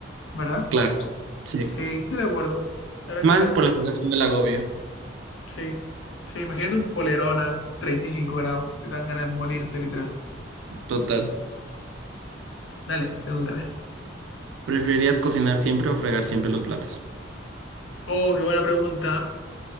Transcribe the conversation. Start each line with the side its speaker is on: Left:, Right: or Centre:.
Left: ¿verdad?
Right: Claro. Sí.
Left: Sí, estoy de acuerdo. La verdad
Right: Más
Left: es que estoy de acuerdo.
Right: por la sensación del agobio.
Left: Sí. Sí, imagínate un polerón a 35 grados. Te dan ganas de morirte, literal.
Right: Total.
Left: Dale, pregúntame.
Right: ¿Preferirías cocinar siempre o fregar siempre los platos?
Left: Oh, qué buena pregunta.